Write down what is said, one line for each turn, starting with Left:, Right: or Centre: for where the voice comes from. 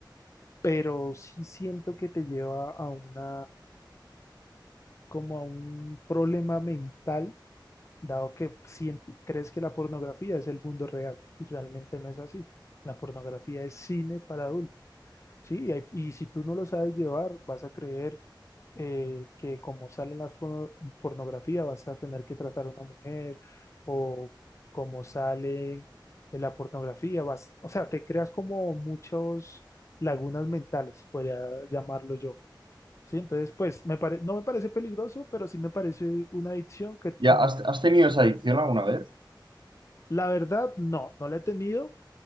Left: pero sí siento que te lleva a una, como a un problema mental, dado que sien- crees que la pornografía es el mundo real y realmente no es así. La pornografía es cine para adultos. Sí, y, hay- y si tú no lo sabes llevar, vas a creer eh, que como sale en la fo- pornografía, vas a tener que tratar a una mujer, o como sale en la pornografía, vas, o sea, te creas como muchos lagunas mentales, podría llamarlo yo. Sí, entonces, pues, me pare- no me parece peligroso, pero sí me parece una adicción que,
Right: ¿Ya
Left: mm,
Right: has, has tenido
Left: no-
Right: esa adicción alguna vez?
Left: la verdad, no, no la he tenido,